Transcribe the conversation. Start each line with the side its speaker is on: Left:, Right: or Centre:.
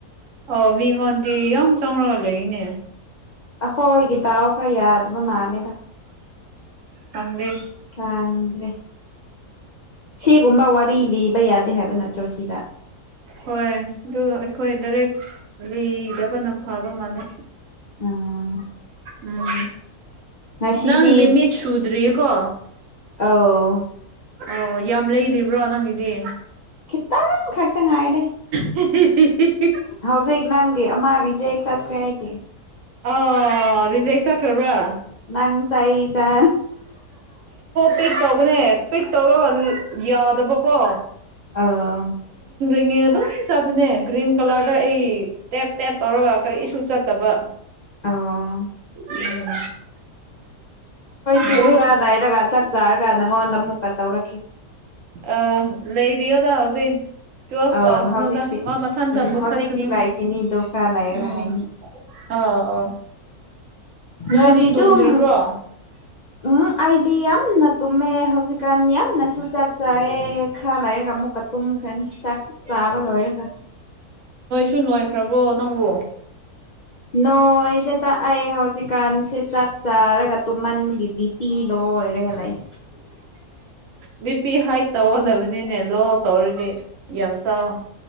Right: ꯑꯣ ꯃꯤꯉꯣꯟꯗꯤ ꯌꯥꯝ ꯆꯪꯉꯒ ꯂꯩꯔꯤꯅꯦ
Left: ꯑꯩꯈꯣꯏꯒꯤ ꯇꯗꯥꯑꯣ ꯈꯔ ꯌꯥꯗꯕ ꯃꯥꯂꯦꯗ
Right: ꯀꯪꯗꯤ
Left: ꯆꯥꯡꯗ꯭ꯔꯦ ꯁꯤꯒꯨꯝꯕ ꯋꯥꯔꯤ ꯂꯤꯕ ꯌꯥꯗꯦ ꯍꯥꯏꯕ ꯅꯠꯇ꯭ꯔꯣ ꯁꯤꯗ
Right: ꯍꯣꯏ ꯑꯗꯨ ꯑꯩꯈꯣꯏ ꯗꯥꯏꯔꯦꯛ ꯂꯤꯗꯕꯅ ꯐꯕ ꯃꯥꯜꯂꯦ
Left: ꯎꯝ
Right: ꯎꯝ
Left: ꯉꯁꯤꯗꯤ
Right: ꯅꯪ ꯂꯤꯃꯤꯠ ꯁꯨꯗ꯭ꯔꯤꯌꯦꯀꯣ
Left: ꯑꯥꯎ
Right: ꯑꯣ ꯌꯥꯝ ꯂꯩꯔꯤꯕ꯭ꯔꯣ ꯅꯪꯒꯤꯗꯤ
Left: ꯇ ꯈꯛꯇ ꯉꯥꯏꯔ
Right: <unintelligible>
Left: ꯍꯧꯖꯤꯒ ꯅꯪꯦ ꯑꯃꯔꯤꯖꯦ ꯁꯥ ꯈ ꯍꯥꯏꯦ
Right: ꯑ ꯔꯤꯖꯦꯛ ꯆꯈ꯭ꯔꯕ꯭ꯔꯥ
Left: ꯅꯪ ꯆ ꯆ
Right: ꯄꯦꯛ ꯇꯧꯕꯅꯦ ꯄꯦꯛ ꯇꯧꯔꯒ ꯌꯥꯗꯕꯀꯣ
Left: ꯑ
Right: ꯉ ꯑꯗꯨꯝ ꯆꯠꯄꯅꯦ ꯒ꯭ꯔꯤꯟ ꯀꯂꯔꯗ ꯑꯩ ꯇꯦꯞ ꯇꯦꯞ ꯇꯧꯔꯒ ꯀꯔꯤꯁꯨ ꯆꯠꯇꯕ
Left: ꯑꯣ
Right: ꯎꯝ
Left: ꯁꯨ
Right: ꯒ꯭ꯔꯨꯞ
Left: ꯈꯔ ꯂꯩꯔꯒ ꯆꯥꯛ ꯆꯥꯔꯒ ꯅꯪꯉꯣꯟꯗ ꯑꯃꯨꯛꯀ ꯇꯧꯔꯛꯈꯤ
Right: ꯑ ꯂꯩꯔꯤꯣꯗ ꯍꯧꯖꯦ ꯇꯨꯐ
Left: ꯑꯧ
Right: ꯇ ꯁꯅꯨꯗ
Left: ꯍꯧꯖꯤꯛꯇꯤ
Right: ꯃꯥ ꯃꯊꯪ ꯇ
Left: ꯎꯝ
Right: ꯃꯊ
Left: ꯍꯧꯖꯤꯛꯇꯤ
Right: ꯁꯨꯅꯨ
Left: ꯂꯥꯛꯈꯤꯅꯤꯗꯣ ꯈꯔ ꯂꯩꯔꯒ
Right: ꯎꯝ
Left: ꯍꯥꯏꯅꯤ
Right: ꯑꯥ ꯑꯥ ꯅꯣꯏꯗꯤ
Left: ꯅꯪꯗꯤ ꯑꯗꯨꯝ
Right: ꯇꯨꯝꯗ꯭ꯔꯤꯕ꯭ꯔꯣ
Left: ꯎꯝ ꯑꯩꯗꯤ ꯌꯥꯝꯅ ꯇꯨꯝꯃꯦ ꯍꯧꯖꯤꯛꯀꯥꯟ ꯌꯥꯝꯅꯁꯨ ꯆꯥꯛ ꯆꯥꯌꯦꯦ ꯈꯔ ꯂꯥꯛ ꯑꯃꯨꯛꯀ ꯇꯨꯝꯈ꯭ꯔꯅꯤ ꯆꯥꯛ ꯆꯥꯕ ꯂꯣꯏꯔꯒ
Right: ꯁꯨ ꯅꯣꯏꯈ꯭ꯔꯕꯣ ꯅꯪꯕꯨ
Left: ꯅꯣꯏ ꯗꯗꯥ ꯑꯩ ꯍꯧꯖꯤꯛꯀꯥꯟꯁꯦ ꯆꯥꯛ ꯆꯥꯔꯒ ꯇꯨꯝꯃꯟꯕꯒꯤ ꯕꯤ ꯄꯤ ꯂꯣꯏ ꯂꯩ
Right: ꯕꯤ ꯄꯤ ꯍꯥꯏꯠ ꯇꯧꯒꯗꯕꯅꯤꯅꯦ ꯂꯣ ꯇꯧꯔꯗꯤ ꯌꯥꯝ ꯆꯥꯎꯋ